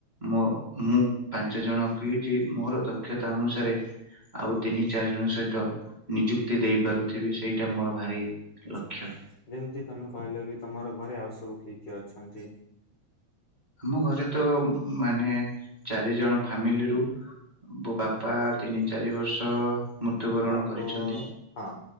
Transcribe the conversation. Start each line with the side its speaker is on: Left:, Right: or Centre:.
Right: ମୋ ମୁଁ ପାଞ୍ଚ ଜଣ କି ଯେ ମୋର ଦକ୍ଷତା ଅନୁଶା ସାରେ ଆଉ ତିନି ଚାରି ଜଣଙ୍କ ସହିତ ନିଯୁକ୍ତି ଦେଇପାରୁଥିବି ସେଇଟା ମୋର ଭାରି
Left: ଆଛା
Right: ଲକ୍ଷ୍ୟ
Left: ଯେମିତି ତମେ କହିଲ କି ତମର ଘରେ ଆଉ ସବୁ କିଏ କିଏ ଅଛନ୍ତି।
Right: ଆମ ଘରେ ତ ମାନେ ଚାରି ଜଣ ଫାମିଲିରୁ ମୋ ବାପା ତିନି ଚାରି ବର୍ଷ ମୃତ୍ୟୁବରଣ
Left: ହବ
Right: କରିଛନ୍ତି।
Left: ହଁ